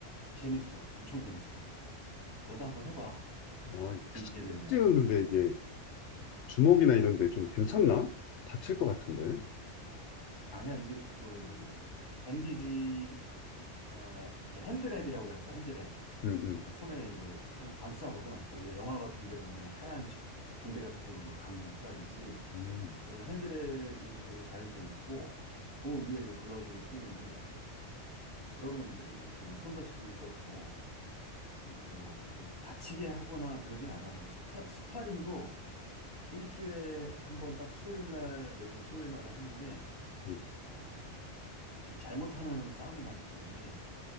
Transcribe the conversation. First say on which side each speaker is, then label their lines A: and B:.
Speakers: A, on the left (about 20°); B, on the left (about 75°).
A: 재밌어. 엄청 재밌어. 너도 한번 해봐.
B: 아,
A: <laughs> 기회 되면.
B: 복싱은 근데 이게 주먹이나 이런 데 좀 괜찮나? 다칠 것 같은데. 음,
A: 아니야, 이게 그 밴디지 어, 그 핸드랩이라고 그래갖고 핸드랩.
B: 음,
A: 예, 손에 이걸 하나 감싸거든. 그왜 영화 같은 데 보면 하얀 저- 붕대 같은 걸로 막 감싸듯이.
B: 음.
A: 그면 핸드랩이 되게 잘 돼 있고, 그 위에 이제 글러브를 끼는데, 그러면 이제 뭐 전혀 손 다칠 일도 없고, 그리고 뭐 다치게 하거나 그러진 않아. 그리고 스파, 스파링도 일주일에 한번 딱 수요일 날, 매주 수요일마다 하는데,
B: 음.
A: 아, 이게 잘못하면 싸움이 나기 때문에